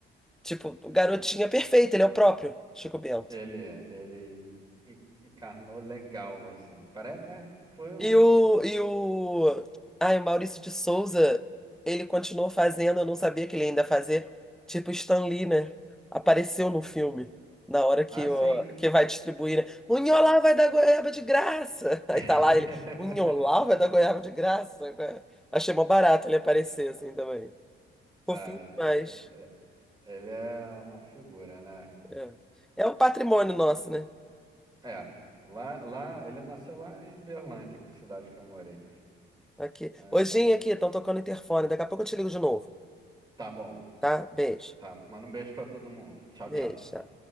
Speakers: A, in the centre; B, on the right.
A: Tipo, o garotinho é perfeito, ele é o próprio Chico Bento.
B: Ele é, ele en- encarnou legal, assim. Pare... É, foi um.
A: E o, e o, ai, o Maurício de Souza, ele continuou fazendo, eu não sabia que ele ainda fazia, tipo Stan Lee, né? Apareceu no filme, na hora que,
B: Ah, sim.
A: o, que vai distribuir, né? O Nholau vai dar goiaba de graça! <laughs> Aí
B: <laughs>
A: tá lá ele, o Nholau vai dar goiaba
B: Bom,
A: de graça? né? Achei mó barato ele aparecer assim também. Fofinho
B: Ah, ele
A: demais.
B: é é- ele é uma figura, né?
A: É. É um patrimônio nosso, né?
B: É, lá, lá, ele nasceu lá em Uberlândia, que cidade que eu morei.
A: Aqui.
B: É,
A: Hojinha aqui, estão tocando interfone, daqui a pouco eu te ligo de novo,
B: tá bom,
A: tá? Beijo.
B: tá. Manda um beijo pra todo mundo. Tchau,
A: Beijo.
B: tchau.